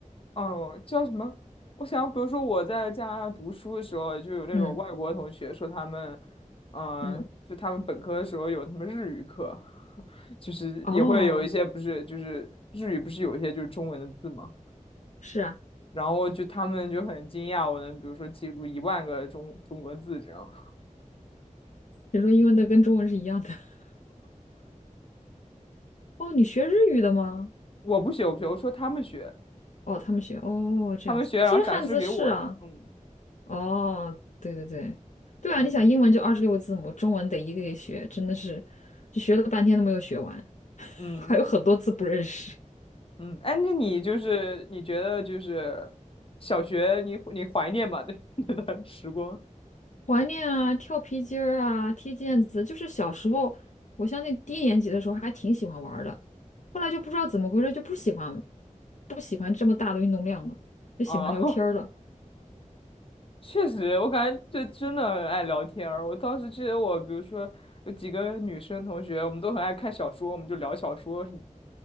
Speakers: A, on the left (about 45°); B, on the left (about 65°).
A: 哦，叫什么？我想，比如说我在加拿大读书的时候，就有那种外国同学说他们，
B: 嗯
A: 嗯、
B: 嗯，
A: 就他们本科的时候有什么日语课，<laughs> 就是也会有一些不是，
B: 哦，
A: 就是日语不是有一些就是中文的字嘛，
B: 是啊，
A: 然后就他们就很惊讶，我能比如说记住一万个中中国字这样。
B: 你说英文的跟中文是一样的。<laughs> 哦，你学日语的吗？
A: 我不学，我不学，我说他们学，
B: 哦，他们学，哦，这样子。
A: 他们学，然后展示给我这样。
B: 其实汉字是啊，
A: 嗯
B: 哦，对对对，对啊，
A: 嗯
B: 你想英文就二十六个字母，中文得一个一个学，真的是，就学了半天都没有学完，
A: <laughs>
B: <laughs>
A: 嗯，
B: 还有很多字不认识。
A: 嗯，哎，那你就是你觉得就是小学你你怀念吗？那 <laughs> 那段时光
B: 怀念啊，跳皮筋儿啊，踢毽子，就是小时候，我相信低年级的时候还挺喜欢玩儿的，后来就不知道怎么回事，就不喜欢，不喜欢这么大的运动量了，就喜欢聊天儿了。
A: 啊，<laughs> 确实，我感觉这真的很爱聊天儿。我当时记得我，比如说有几个女生同学，我们都很爱看小说，我们就聊小说什么。